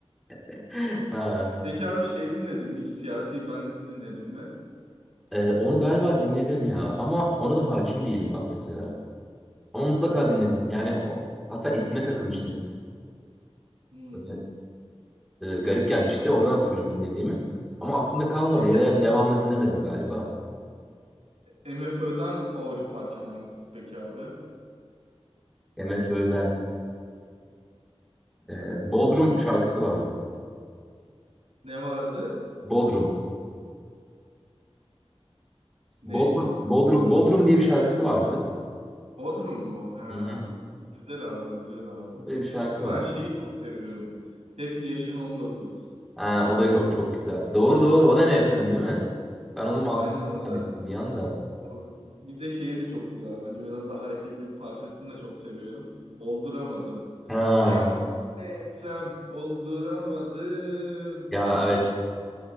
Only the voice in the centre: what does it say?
<laughs> Ha.
Ee, onu galiba dinledim ya ama ona da hakim değilim bak mesela. Ama mutlaka
dinledim. Yani o, hatta ismine takılmıştım.
Böyle, e, garip gelmişti. Oradan hatırlıyorum dinlediğimi.
Ama aklımda kalmadı
veya devamlı dinlemedim galiba.
MFÖ'den. Ee, Bodrum şarkısı vardı.
Bodrum.
Bodrum, Bodrum, Bodrum diye bir şarkısı vardı.
Hı hı.
Böyle bir şarkı
var.
Ha, o da çok güzel. Doğru doğru. O da MFÖ'nün değil mi? Ben onu Masum'dan
zannettim
bir anda.
Ha,
ya evet.